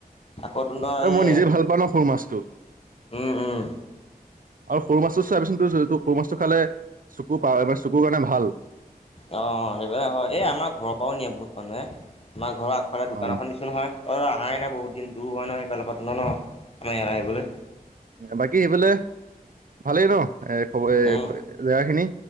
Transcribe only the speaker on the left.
আকৌ, <unintelligible>
উম! উম!
অ' অ'! সেইবিলাক হয়! এই আমাৰ ঘৰৰ পৰাওঁ নিয়ে, বহুত মানুহে। আমাৰ ঘৰত সদায় দোকান
এখন দিছোঁ নহয়? অ' আহাই নাই বহুত দিন। দূৰ হয় ন' সেইফালৰ পৰা <unintelligible> ন'? আমাৰ ইয়াত আহিবলৈ।
উম